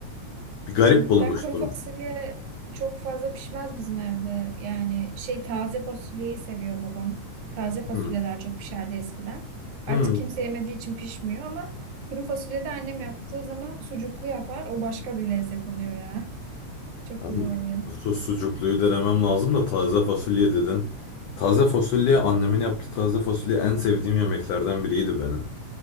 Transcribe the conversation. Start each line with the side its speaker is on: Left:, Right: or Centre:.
Left: Bir garip
Right: Hı hı.
Left: bulmuştum.
Right: Ben kuru fasulye çok fazla pişmez bizim evde. Yani şey taze fasulyeyi seviyor babam. Taze fasulye
Left: Hmm.
Right: daha çok pişerdi eskiden.
Left: Hmm.
Right: Artık kimse yemediği için pişmiyor ama kuru fasulye de annem yaptığı zaman sucuklu yapar. O başka bir lezzet oluyor ya. <laughs> Çok
Left: Abi,
Right: güzel oluyor.
Left: su sucukluyu denemem lazım da taze fasulye dedin. Taze fasulye annemin yaptığı taze fasulye en sevdiğim yemeklerden biriydi benim.